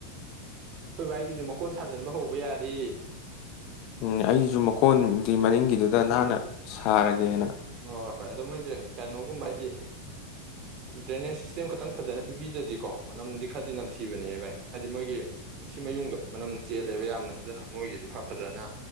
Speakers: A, on the right; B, on the left.
A: ꯑꯩꯈꯣꯏ ꯚ ꯑꯩꯒꯤꯁꯨ ꯃꯀꯣꯟ ꯁꯥꯖꯤꯟꯕ ꯍꯧꯕ ꯌꯥꯗꯦ
B: ꯎꯝ ꯑꯩꯁꯨ ꯀꯣꯟꯗꯤ ꯃꯅꯤꯡꯒꯤꯗꯨꯗ ꯅꯍꯥꯟꯅ ꯁꯥꯔꯒꯦꯅ
A: ꯍꯣꯏ ꯍꯣꯏ ꯑꯗꯣ ꯃꯣꯏꯁꯦ ꯀꯩꯅꯣꯒꯨꯝꯕ ꯍꯥꯏꯗꯤ ꯗ꯭ꯔꯦꯅꯦꯖ ꯁꯤꯁꯇꯦꯝ ꯈꯇꯪ ꯐꯖꯅ ꯄꯤꯕꯤꯗ꯭ꯔꯗꯤꯀꯣ ꯃꯅꯝꯗꯤ ꯈꯔꯗꯤ ꯅꯝꯊꯤꯕꯅꯦ ꯚꯥꯏ ꯍꯥꯏꯗꯤ ꯃꯣꯏꯒꯤ ꯁꯤꯃꯌꯨꯡꯗꯣ ꯃꯅꯝ ꯆꯦꯜꯂꯦꯕ ꯌꯥꯝꯅ ꯑꯗꯨꯅ ꯃꯣꯏꯒꯤꯗꯤ ꯈꯔ ꯐꯖꯅ